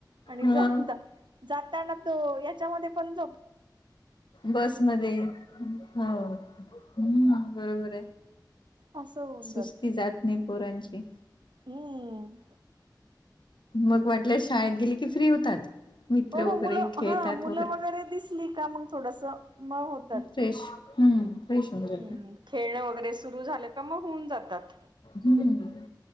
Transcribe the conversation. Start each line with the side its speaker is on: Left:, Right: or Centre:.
Right: आणि
Left: हा
Right: जाता - जाताना तो, याच्यामध्ये पण झोप
Left: बसमध्ये. हो. हम्, बरोबरय.
Right: असं होऊन
Left: सुस्ती जात नाही पोरांची.
Right: हम्म.
Left: मग वाटलं, शाळेत गेली की, फ्री होतात. मित्र
Right: हो,
Left: वगैरे
Right: हो. मुलं,
Left: खेळतात
Right: हा मुलं वगैरे दिसली का, मग थोडस म होतात.
Left: फ्रेश हम्म. फ्रेश होऊन जात
Right: हम्म. खेळणं वगैरे सुरु झालं का, मग होऊन जातात.
Left: हम्म.